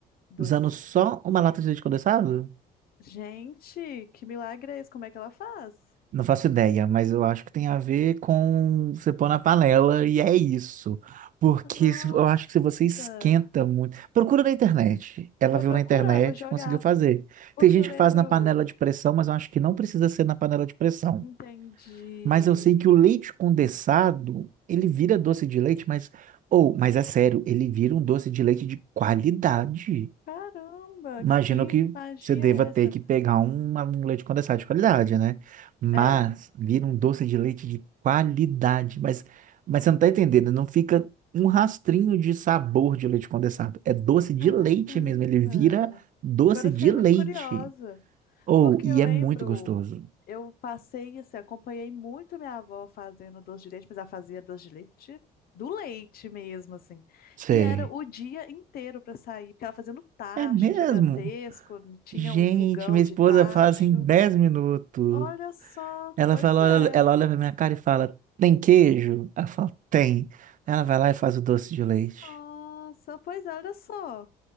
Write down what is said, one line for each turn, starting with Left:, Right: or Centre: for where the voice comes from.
Left: doce.
Right: usando só uma lata de leite condensado?
Left: Gente, que milagre é esse? Como é que ela faz?
Right: Não faço ideia, mas eu acho que tem a ver com você pôr na panela e é isso. Porque
Left: Ah, Nossa.
Right: se- eu acho que se você esquenta muito. Procura na internet. Ela
Left: Vou
Right: viu
Left: procurar,
Right: na internet,
Left: vou jogar.
Right: conseguiu fazer.
Left: Porque
Right: Tem gente
Left: eu lembro.
Right: que faz na panela de pressão, mas eu acho que não precisa ser na panela de pressão.
Left: Entendi.
Right: Mas eu sei que o leite condensado, ele vira doce de leite, mas. Ou, mas é sério, ele vira um doce de leite de qualidade.
Left: Caramba,
Right: Imagino
Left: que
Right: que
Left: magia
Right: você deva
Left: é
Right: ter
Left: essa?
Right: que pegar um, um leite condensado de qualidade, né? Mas
Left: É.
Right: vira um doce de leite de qualidade. Mas, mas você não tá entendendo, não fica um rastrinho de sabor de leite condensado. É doce de
Left: Caramba.
Right: leite mesmo, ele vira doce
Left: Agora eu
Right: de
Left: fiquei
Right: leite.
Left: muito curiosa.
Right: Ou,
Left: Porque
Right: e
Left: eu lembro,
Right: é muito gostoso.
Left: eu passei, assim, acompanhei muito minha avó fazendo doce de leite, mas ela fazia doce de leite do leite mesmo, assim.
Right: Sei.
Left: E era o dia inteiro para sair, porque ela fazia no tacho
Right: É mesmo?
Left: gigantesco, tinha
Right: Gente,
Left: um fogão
Right: minha
Left: de
Right: esposa
Left: tacho.
Right: faz em dez minutos.
Left: Olha só,
Right: Ela
Left: pois
Right: fala,
Left: é.
Right: olha- ela olha pra minha cara e fala, tem queijo? Ela fala, tem. Ela vai lá e faz o doce de leite.
Left: Nossa, pois é, olha só.